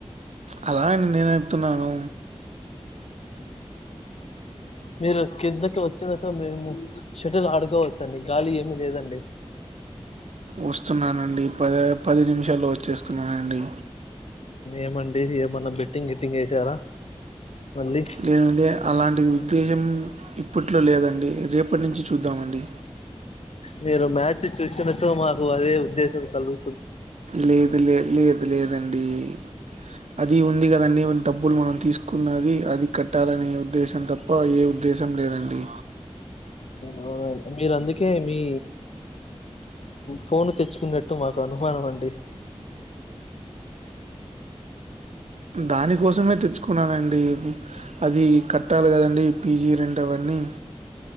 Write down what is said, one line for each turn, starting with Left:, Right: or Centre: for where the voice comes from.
Right: అలా అని నేను చెప్తున్నాను
Left: మీరు కిందకి వచ్చిన చో మేము షటిల్ ఆడుకోవచ్చండి గాలి ఏమి లేదండి
Right: వస్తున్నానండి పది పది నిమిషాల్లో వచ్చేస్తున్నానండి
Left: ఏమండి ఏమన్నా బెట్టింగ్ గిట్టింగ్ వేసారా మళ్ళీ
Right: లేదండి అలాంటి ఉద్దేశం ఇప్పట్లో లేదండి రేపటి నుంచి చూద్దామండి
Left: మీరు మ్యాచ్ చూసిన చో మాకు అదే ఉద్దేశం కలుగు
Right: లేదు లే లేదు లేదు లేదండి అ అది ఉంది కదండి డబ్బులు మనం తీసుకున్నది అది కట్టాలనే ఉద్దేశం తప్ ఏ ఉద్దేశం లేదండి
Left: అవునండి మీరు అందుకే మీ ఫోను తెచ్చుకున్నట్టు మాకు అనుమానం అండి
Right: దానికోసమే తెచ్చుకున్నానండి అది కట్టాలి కదండి పీజీ రెంటు అవన్నీ